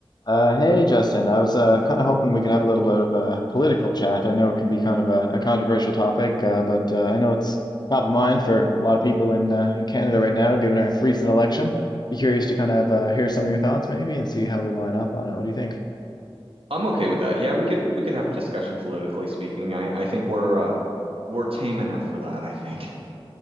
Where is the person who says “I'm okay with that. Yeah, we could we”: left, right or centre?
Right